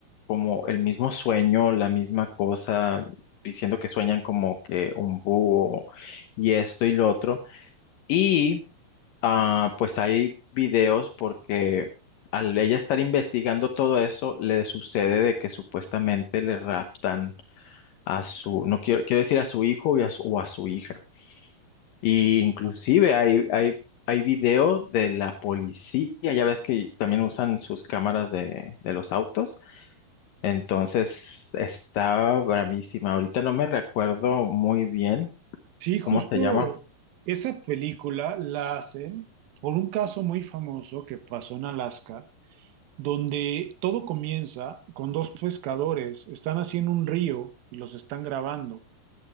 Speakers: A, on the left; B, on the right.
A: como el mismo sueño, la misma cosa, diciendo que sueñan como que un búho y esto y lo otro. Y ah, pues hay videos porque al ella estar investigando todo eso, le sucede de que supuestamente le raptan a su, no quiero, quiero decir a su hijo y a su- o a su hija. Y inclusive
B: Ah, Sí,
A: hay, hay, hay video de la policía, ya ves que también usan sus cámaras de, de los autos, entonces está bravísima. Ahorita no me recuerdo muy bien
B: Sí, justo
A: cómo se llama.
B: esa película la hacen por un caso muy famoso que pasó en Alaska donde todo comienza con dos pescadores, están haciendo un río y los están grabando.